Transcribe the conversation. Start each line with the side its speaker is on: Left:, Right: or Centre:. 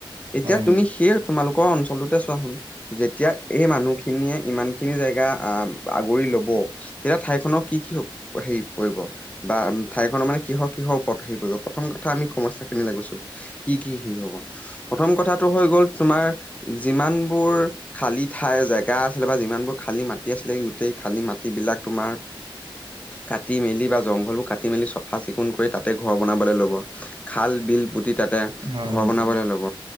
Left: এতিয়া
Right: হয়
Left: তুমি
Right: হয়,
Left: সেই তোমালোকৰ অঞ্চলটোতে চোৱা চোন যেতিয়া এই মানুহখিনিয়ে ইমান খিনি জেগা আহ আগুৰি ল'ব তেতিয়া ঠাইখনৰ কি কি হেৰি পৰিব বা ঠাইখনৰ মানে কিহৰ-কিহৰ ওপৰতহে পৰিব প্ৰথম কথা আমি সমস্যাখিনিলৈ গৈছোঁ। কি কি হেৰি হ'ব, প্ৰথম কথাটো হৈ গ'ল তোমাৰ যিমানবোৰ খালী ঠাই জেগা আছিলে বা যিমানবোৰ খালী মাটি আছিলে গোটেই খালী মাটি মাটিবিলাক তোমাৰ কাটি মেলি বা জংঘলবোৰ কাটি মেলি চাফা চিকুণ কৰি তাত ঘৰ বনাবলৈ ল'ব, খাল- বিল পুতি তাতে
Right: হয়
Left: ঘৰ
Right: হয়,
Left: বনাবলৈ ল'ব,